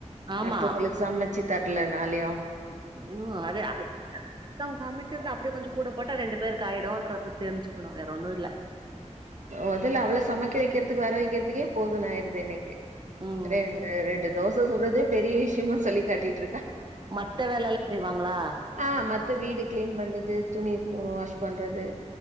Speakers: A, on the right; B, on the right.
A: ஆமா
B: அடுத்தவங்களுக் சமச்சி தர்லனால்யு
A: உ அது அறைக் சம் சமைக்கிற்து அப்படே கொஞ்சு கூட போட்டா ரெண்டு பேர்க்காய்டோன்றது தெஞ்சிக்குணு வேற ஒன்னு இல்ல
B: முதல அவ்வளவு சமைக்க வைக்கிறதுக்கு வர வைக்கிறதுக்கே போதும் ஆடுது எனக்கு
A: ம்
B: ரெண்டு ரெண்டு தோசை சுட்றதே பெரிய விஷயமா சொல்லி காட்டிட்ருக்கா
A: மத்த வேலலா செய்வாங்ளா
B: ஆ மத்த வீடு க்ளீன் பண்ணுது துணி தூ வாஷ் பண்றது